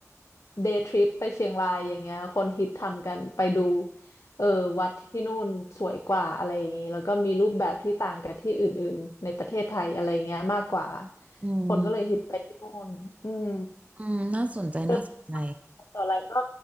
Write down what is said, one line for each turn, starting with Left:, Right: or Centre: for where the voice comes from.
Left: เดย์ทริปไปเชียงรายอย่างเงี้ยคนฮิตทำกันไปดูเออวัดที่นู่นสวยกว่าอะไรอย่างงี้แล้วก็มีรูปแบบที่ต่างกับที่อื่นๆในประเทศไทยอะไรเงี้ยมากกว่า
Right: อืม
Left: คนก็เลยฮิตไปที่นู่นอืม
Right: อืมน่าสนใจน่าสนใจ
Left: เดินต่ออะไรก็